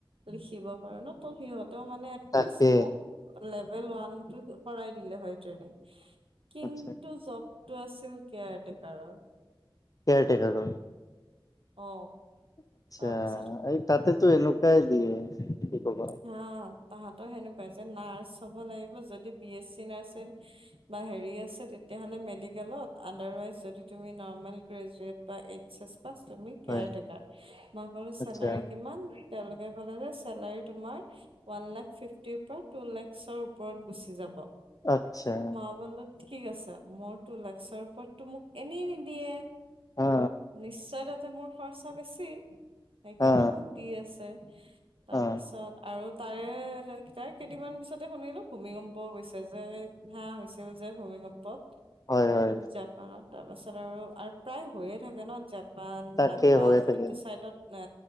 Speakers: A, on the right; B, on the left.
A: লিখিব পাৰো ন সিহঁতৰ মানে এটলিষ্ট
B: তাকে
A: মোক লেভেল ওৱান কৰাই দিলে হয় ট্ৰেইনিং কিন্তু
B: আচ্ছা
A: জবতো আছিল কেয়াৰটেকাৰৰ।
B: কেয়াৰটেকাৰৰ
A: অ
B: আচ্ছা
A: তাৰ পাছত
B: এই তাতেতো এনেকুৱাই দিয়ে। কি কবা
A: হ তাহাতো সেনেকুৱাই যে নাৰ্চ হ'ব লাগিব যদি আছে বা হেৰি আছে তেতিয়া হ'লে মেডিকেলত আন্ডাৰৱাইজ যদি তুমি না গ্ৰেজুৱেট বা এইছ এছ মই কো
B: হয়
A: চেল
B: আচ্ছা
A: কিমান তেওঁলোকে ক যে তুমাৰ ওৱান লাখ ফিফটিৰ পৰা টু লাখৰ ওপৰত গুচি যাব।
B: আচ্ছা।
A: মই বোলো ঠিক আছে মোৰ তো লাগৰ <unintelligible> ওপৰতো মোক এনেই নিদিয়ে,
B: অ
A: নিশ্চয় তাতে মোৰ খৰচা বেছি সেইকাৰণে
B: অ
A: মোক দি আছে তাৰ
B: অ
A: পাছত আৰু তাৰে তাই কেইদিনমান পিছতে শুনিলো ভূমিকম্প গৈছে যে ধে <unintelligible> হৈছে ছিল যে ভূমিকম্পত
B: হয় হয়
A: জাপানত তাৰপাছত আৰু প্ৰায় হৈয়ে থাকে ন' জাপান,
B: তাকে
A: নেপাল
B: হৈ থাকে
A: এইটো চাইডত এ